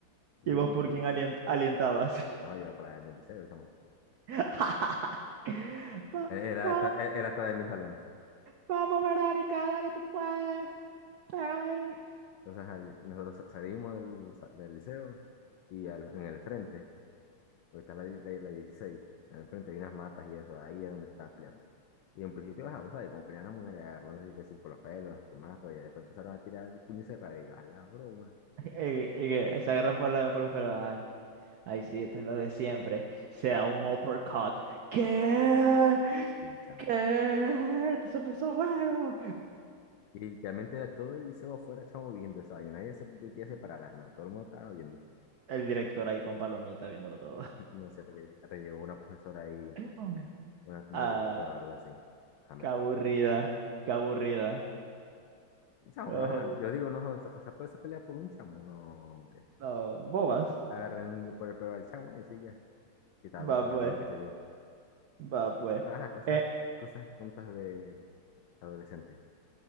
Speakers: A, on the left; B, on the right.
A: Entonces,
B: ¿Y vos
A: vi,
B: por quién
A: vi-
B: alien- alientabas?
A: estaba yo para mi liceo, chamo.
B: <laughs> Va-
A: E, Era
B: va-
A: hasta, era hasta de mi salón.
B: vamos, Verónica, dale, tú puedes. Pégale.
A: Entonces, ahí nosotros sa- salimos del, sa- del liceo y al- en el frente. Porque está la, di- la, la 16. Enfrente hay unas matas y eso. Ahí es donde se están peleando. Y en principio, ajá, vos sabés, como pelean las mujeres, agarrándose que decir por los pelos, que más, pero ya después empezaron a tirar puño cerrado. Y yo, a la broma.
B: Eh, y que se agarran por, la- por los pelos. Ay, ay, sí, esto es lo de siempre. sea un uppercut. ¿Qué?
A: Y chamo.
B: ¿Qué? Esto se puso bueno.
A: Y literalmente era todo el liceo afuera, chamo, viendo esa vaina. Nadie se metía a separarlas, no. Todo el mundo estaba viendo.
B: El director ahí con palomitas viéndolo
A: <laughs>
B: todo.
A: No sé, hasta que, hasta llegó una profesora ahí,
B: <laughs>
A: una como
B: Ah,
A: directora o algo así, a meterse.
B: qué aburrida, qué aburrida.
A: Chamo,
B: No,
A: pero ajá, yo digo, no, o sea, o sea, toda esa pelea por un chamo, no, hombre.
B: no, bobas.
A: Agarren por el pelo al chamo y sí, ya. Que estaba hablando
B: Va
A: con
B: pues,
A: las dos, qué sé yo.
B: va pues.
A: Ajá, cosas,
B: Eh,
A: cosas tontas de adolescentes.